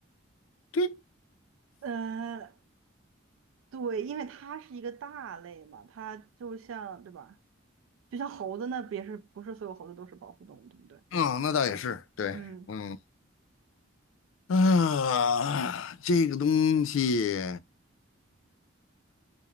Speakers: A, on the left; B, on the right.
A: 这，
B: 呃，对，因为它是一个大类嘛，它就像，对吧？就像猴子那别是不是所有猴子都是保护动物，对不对？
A: 啊，那倒也是，对，
B: 嗯，
A: 嗯，啊，这个东西，